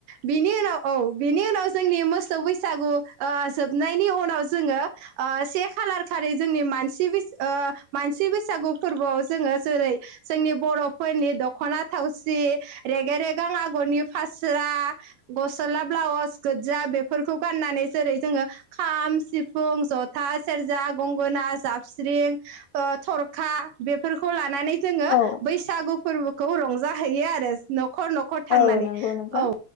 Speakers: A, on the right (about 75°); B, on the left (about 80°).
A: बिनि उनाव औ बिनि उनाव जोंनि मोसौ ओ बैसागु ओ जोबनायनि उनाव जोङो ओ से खालार खालि जोंनि मानसि बैसागु ओ मानसि बैसागु फोरबोआव जोङो जेरै जोंनि बर' फोरनि दख'ना थावसि रेगे रेगां आगरनि फास्रा गस्ला ब्लाउस गोजा बेफोरखौ गान नानै जेरै जोङो खाम सिफुं, जथा, सेरजा, गंगोना, जाबस्रिं ओ थरखा बेफोरखौ लानानै जोङो
B: औ
A: बैसागु फोरबोखौ रंजाहैयो आरो न' खर न'खर थांनानै
B: औ नंगौ नोंथां
A: औ